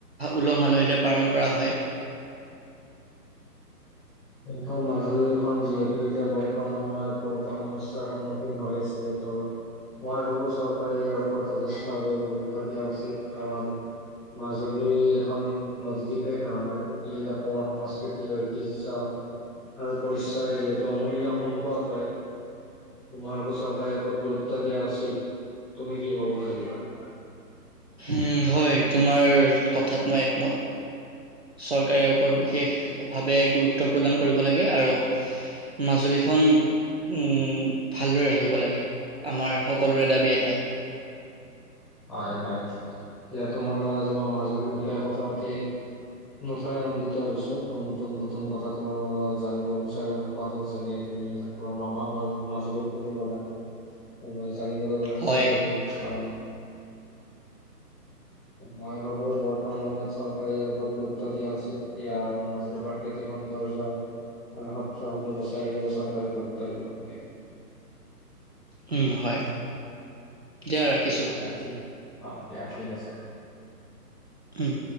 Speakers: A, on the right; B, in the centre.
A: উলহ-মালহেৰে পালন কৰা হয়।
B: কিন্তু মাজুলীখন যিহেতু এতিয়া বৰ্তমান সময়ত বহুতো সমস্যাৰ সন্মুখীন হৈ আছে মই ভাবো চৰকাৰে ইয়াৰ ওপৰত যথেষ্টভাৱে গুৰুত্ব দিয়া উচিত। এ কাৰণ মাজুলী এখন নদীদ্বীপেই নহয় ই অসমৰ সংস্কৃতি ঐতিহ্য। আৰু পৰিচয় যিহেতু অমূল্য সম্পদ হয়, মই ভাবো চৰকাৰে ওপৰত গুৰুত্ব দিয়া উচিত। তুমি কি ক'ব খুজিবা? <inaudible>
A: উম, হয় তোমাৰ কথাত মই একমত চৰকাৰে ইয়াৰ ওপৰত বিশেষভাৱে গুৰুত্ব প্ৰদান কৰিব লাগে আৰু মাজুলীখন উম, ভালদৰে ৰাখিব লাগে, আমাৰ সকলোৰে দাবী এটাই।
B: হয়, হয় এতিয়া তোমাৰ লগত আজি মই মাজুলীৰ বিষয়ে কথা পাতি নথৈ আনন্দিত হৈছো নতুন নতুন কথাত তোমাৰ পৰা জানিব বিচাৰা পালো যেনে তুমি তোমাৰ মামাৰ ঘৰ মাজত বুলি কলা ত জানিবলৈ পাই সুখি
A: হয়,
B: গলো, কাৰণ মই ভাবো বৰ্তমান সময়ত চৰকাৰে ইয়াৰ ওপৰত গুৰুত্ব দিয়া উচিত, ইয়াৰ মাজৰে প্ৰাকৃতিক সৌন্দৰ্য আৰু সত্ৰসমূহ বচাই ৰাখিবে চৰকাৰে গুৰুত্ব দিব লাগে।
A: উম হয়। দিয়া ৰাখিছোঁ।
B: দিয়া ঠিক অ' দিয়া ঠিক আছে।
A: উম।